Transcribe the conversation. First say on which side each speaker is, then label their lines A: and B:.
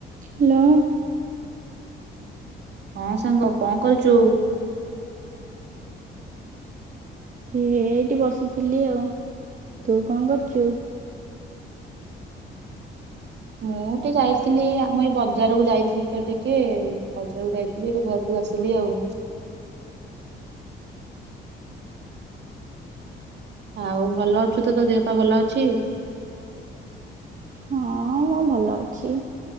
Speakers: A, on the right (about 40°); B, on the right (about 60°).
A: Hello.
B: ହଁ ସାଙ୍ଗ କଣ କରୁଛୁ?
A: ହେ ଏଇଠି ବସିଥିଲି ଆଉ ତୁ କଣ କରୁଛୁ?
B: ମୁଁ ଟିକେ ଯାଇଥିଲି ଆମ ଏଇ ବଜାରକୁ ଯାଇଥିଲି ଟିକେ ବଜାରକୁ ଯାଇଥିଲି ଏବେ ଘରକୁ ଆସିଲି ଆଉ। ଆଉ ଭଲ ଅଛୁ ତ ତୋ ଦେହ ପାା ଭଲ ଅଛି।
A: ହଁ ମୁଁ ଭଲ ଅଛି